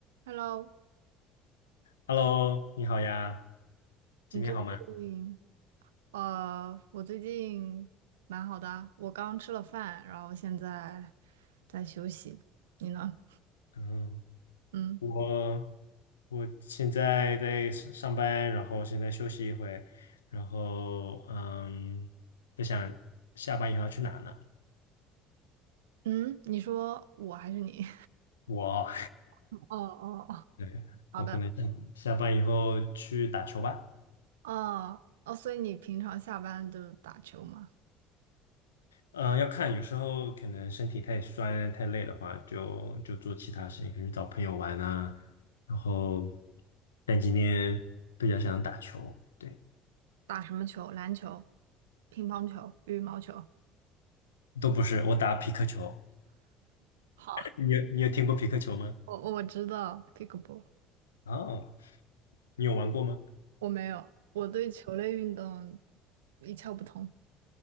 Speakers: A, on the right; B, on the left.
A: Hello，
B: Hello，你好呀，今天好吗？
A: 你最近呃，我最近蛮好的啊我刚吃了饭，然后现在在休息。你呢？
B: 嗯，
A: 嗯
B: 我我现在在上上班，然后现在休息一会，然后嗯，在想下班以后要去哪呢？
A: 嗯，你说我还是你？
B: 我，
A: <laughs> 哦哦哦，
B: <laughs> 对，
A: 好的。
B: 我可能下下班以后去打球吧。
A: 哦哦，所以你平常下班就打球吗？
B: 嗯、要看，有时候可能身体太酸太累的话，就就做其他事情，可能去找朋友玩啊。然后，但今天比较想打球，对。
A: 打什么球？篮球、乒乓球、羽毛球。
B: 都不是，我打皮克球。
A: 好，
B: 你有你有听过皮克球吗？
A: 我我知道 pickleball，
B: 哦，你有玩过吗？
A: 我没有，我对球类运动一窍不通。